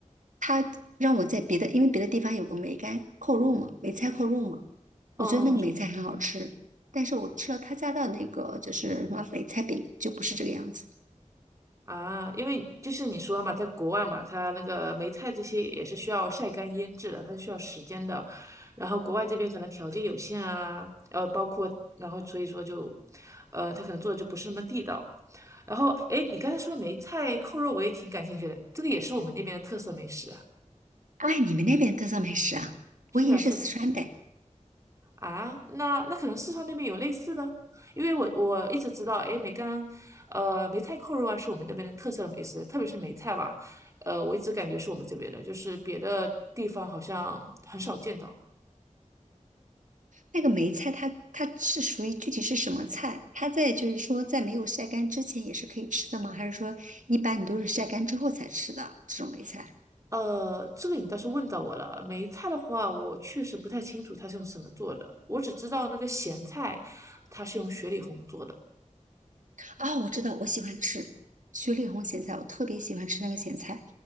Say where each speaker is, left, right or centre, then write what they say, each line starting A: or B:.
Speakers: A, on the right; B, on the right.
A: 它让我在别的，因为别的地方有个梅干扣肉嘛，梅菜扣肉嘛，
B: 嗯嗯，
A: 我觉得那个梅菜很好吃，
B: 我知道。
A: 但是我吃了他家的那个就是什么梅菜饼，就不是这个样子。
B: 啊，因为就是你说了嘛，在国外嘛，它那个梅菜这些也是需要晒干腌制的，它是需要时间的。然后国外这边可能条件有限啊，呃，包括然后所以说就，呃，他可能做的就不是那么地道。然后，哎，你刚才说梅菜扣肉，我也挺感兴趣的，这个也是我们那边的特色美食啊。
A: 哎，你们那边的特色美食啊？
B: 是的，
A: 我以为是四川的。
B: 是的。啊，那那可能四川那边有类似的，因为我我一直知道，哎，梅干，呃，梅菜扣肉啊是我们这边的特色美食，特别是梅菜吧，呃，我一直感觉是我们这边的，就是别的地方好像很少见到。
A: 那个梅菜它它是属于具体是什么菜？它在就是说在没有晒干之前也是可以吃的吗？还是说一般你都是晒干之后才吃的这种梅菜？
B: 呃，这个你倒是问到我了，梅菜的话，我确实不太清楚它是用什么做的，我只知道那个咸菜，它是用雪里红做的
A: 啊、我知道，我喜欢吃雪里红咸菜，我特别喜欢吃那个咸菜，